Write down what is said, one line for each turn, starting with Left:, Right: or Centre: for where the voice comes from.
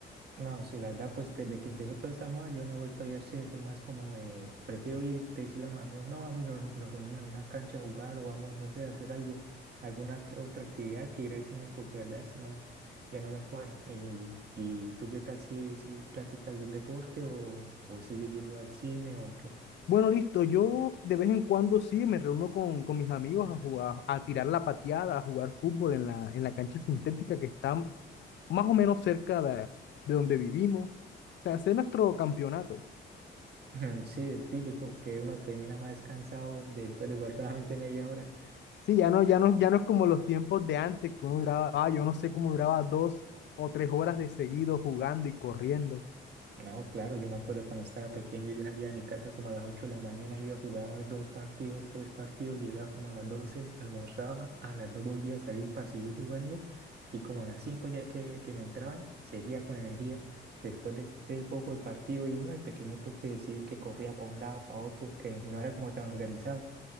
Right: No, sí, la verdad, pues desde que empezó toda esa moda, yo no he vuelto a ir al cine, soy más como, eh, prefiero ir, decirle a unos amigos, no, vamos y nos, nos reunimos en una cancha a jugar o vamos, no sé, a hacer algo, alguna otra otra actividad que ir al cine, porque la verdad eso no, ya no me cuadra. ¿Y, y tú qué tal si, si practicas algún deporte o, o sigues yendo al cine o qué?
Left: Bueno, listo, yo de vez en cuando sí me reúno con, con mis amigos a jugar, a tirar la pateada, a jugar fútbol en la, en la cancha sintética que está más o menos cerca de, de donde vivimos. O sea, hacer nuestro campeonato.
Right: <laughs> Sí, el típico, que uno termina más cansado después de jugar solamente media hora.
Left: Sí, ya no, ya no, ya no es como los tiempos de antes, que uno duraba, ah, yo no sé cómo duraba dos o tres horas de seguido jugando y corriendo.
Right: No, claro, yo me acuerdo cuando estaba pequeño, yo salía de mi casa como a las 8 de la mañana, iba a jugar dos partidos, tres partidos, llegaba como a las 12 almorzaba, a las 2 volvía a salir para seguir jugando y como a las 5 ya que, que me entraban, seguía con energía. Después de, de poco el partido y uno de pequeñito que sí, que corría para un lado, para otro, que no era como tan organizado.